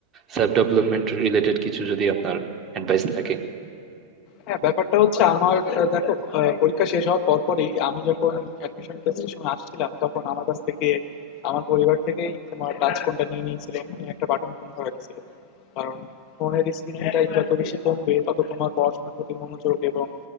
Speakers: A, on the right; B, on the left.
A: সেলফ ডেভেলপমেন্ট রিলেটেড কিছু যদি আপনার অ্যাডভাইস থাকে
B: হ্যাঁ, ব্যাপারটা হচ্ছে আমার আহ, দেখো আহ, পরীক্ষা শেষ হওয়ার পরপরই আমি যখন অ্যাডমিশন টেস্টের সময় আসছিলাম তখন আমার কাছ থেকে আমার পরিবার থেকেই তোমার টাচ ফোনটা নিয়ে নিয়েছিল নিয়ে একটা বাটন ফোন ধরা দিয়েছিল কারণ ফোনের স্ক্রিন টাইম যত বেশি কমবে তত তোমার পড়াশোনার প্রতি মনোযোগ এবং